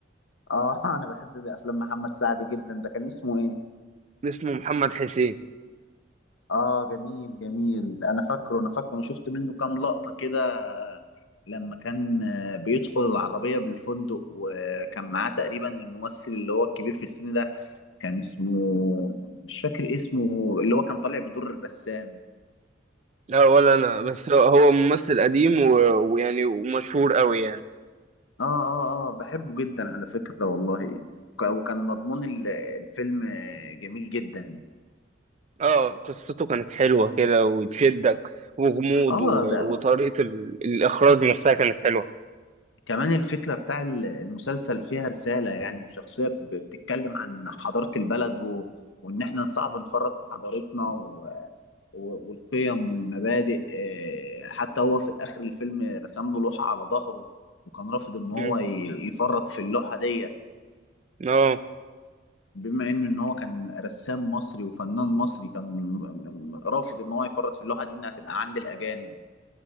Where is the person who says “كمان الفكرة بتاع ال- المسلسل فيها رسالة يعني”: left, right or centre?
Left